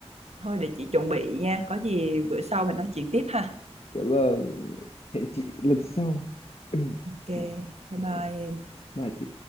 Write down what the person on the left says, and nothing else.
dạ vâng hẹn chị lần sau <clears throat>
Dạ,
ok
bye chị